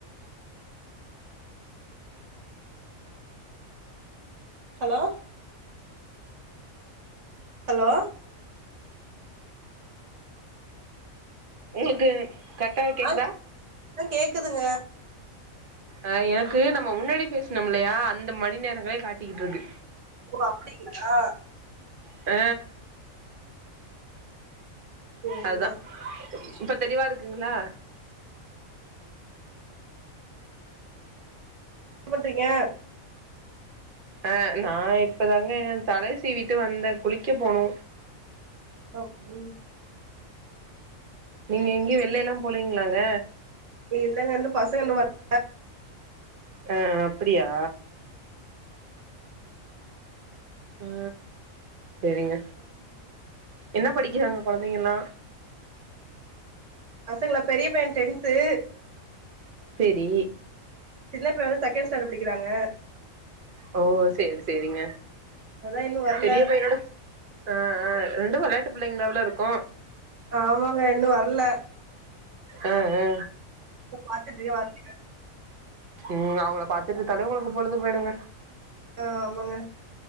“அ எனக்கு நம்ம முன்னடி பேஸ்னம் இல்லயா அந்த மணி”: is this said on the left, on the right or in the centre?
Right